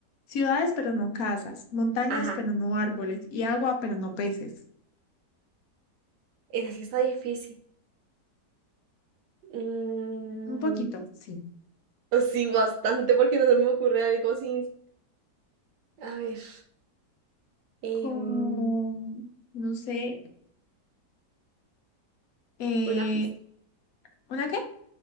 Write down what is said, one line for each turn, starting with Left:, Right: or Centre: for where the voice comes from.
Left: ciudades pero no casas, montañas
Right: Ajá.
Left: pero no árboles y agua pero no peces.
Right: Esa sí está difícil. Mm,
Left: Un poquito, sí.
Right: pues sí, bastante, porque no se me ocurre algo sin. A ver. em,
Left: Como, no sé, eh,
Right: una pista.
Left: ¿una qué?